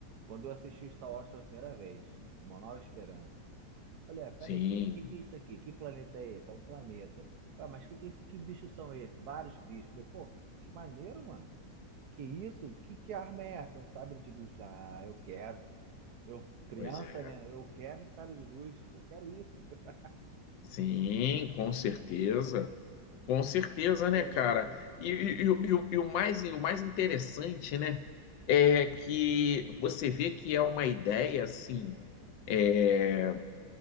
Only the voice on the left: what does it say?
Sim,
pois é.
Sim, com certeza. Com certeza,
né, cara? E, e- e o e o- e o mais, e o mais interessante, né, é que você vê que é uma ideia, assim, é,